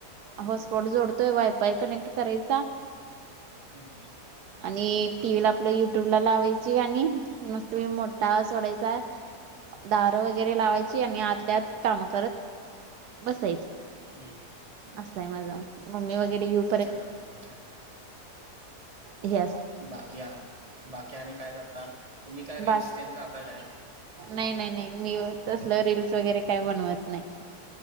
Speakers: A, on the right; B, on the right.
A: हॉट स्पॉट जोडतोय वायफाय कनेक्ट करायचा
B: ह ह.
A: आणि टी व्ही ला आपलं युट्यूब ला लावायची गाणी. मस्तपैकी मोठा आवाज सोडायचा दहा वगैरे लावायची आणि आतल्यात काम करत बसायच.
B: हम्
A: माझ मम्मी वगैरे य
B: चांगलं आहे.
A: ह.
B: बाकी बाकी आणि काय करता तुम्ही काय रील्स
A: बा
B: तेन करता काय?
A: नाही नाही नाही मी तसलं रिल्स वगैरे काय बनवत नाही.